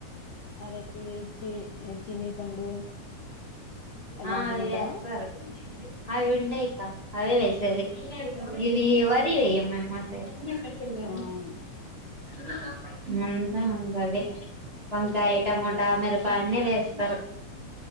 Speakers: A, on the left (about 70°); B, on the right (about 30°).
A: అరటి చి చీనీ పండు అలాంటివి
B: ఆ అవి
A: ఉండవా
B: వేస్తారు అవి ఉంటాయిక్క అవే వేస్ చెవి ఇవి వరి వెయ్యం మేమ్ మా సై సైడ్
A: అవును
B: <unintelligible> అంతా అంగది వంకాయి టమోటా మీర బానే వేస్తారు